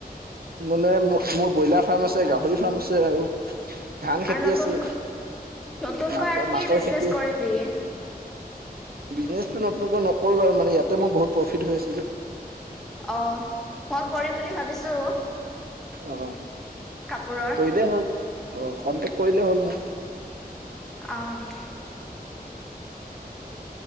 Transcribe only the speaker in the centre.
আৰু
নতুন
নতুনকৈ
আৰু
কি বিছনেচ
কৰিবি?
অ', মই কৰিম বুলি ভাবিছো।
কাপোৰৰ
অ'।